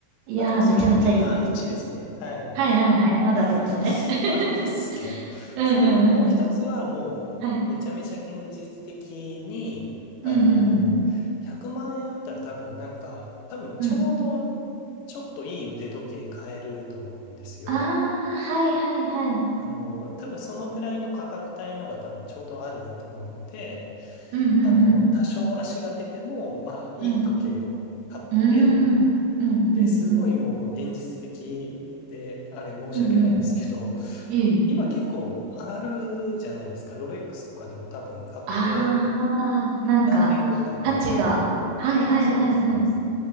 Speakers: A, on the right; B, on the left.
A: いやー、
B: まあでもそれがパターン1ですね。
A: めちゃめちゃいい。
B: はい。
A: はいはいはい。まだありますね。
B: <laughs>
A: <laughs>
B: ありますね。
A: うんうんうんうん。
B: そう。もう一つはもうめちゃめちゃ現実的に、
A: はい。
B: あの、
A: うんうん
B: 100万円あったら多分なんか、多分ちょうど
A: うん。うん。
B: ちょっといい腕時計買えると思うんですよ。
A: ああ、はいはいはい。
B: あの、多分そのぐらいの価格帯のが多分ちょうどあると思うので、
A: うんうん
B: あの、多少足が出ても、まあいい時計を買って、
A: うん。うん。うーん。うんうんうん。
B: で、すごいもう現実的で、あれ申し訳ないんですけど、
A: うんうん。いい。
B: <laughs> 今結構上がるじゃないですか。ロレックスとかでも多分買って
A: ああ、なんか、
B: 何年後かには上がるみたいな。
A: 価値が。はいはいはいはい。
B: そうそうです、そうです。